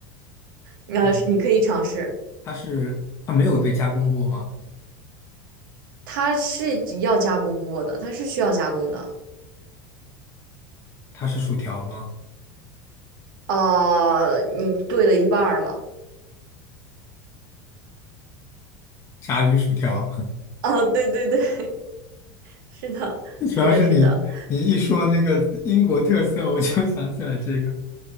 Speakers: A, on the right (about 80°); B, on the left (about 25°).
A: 那是你可以尝试。
B: 嗯，它是，它没有被加工过吗？
A: 它是要加工过的，它是需要加工的。
B: 它是薯条吗？
A: 啊，你对了一半儿了。
B: 炸鱼薯条。<laughs>
A: 啊，对对对，<laughs> 是的，
B: 最主要是你你一说那个英国特色，
A: 是的，是的，
B: 我就想起来这个。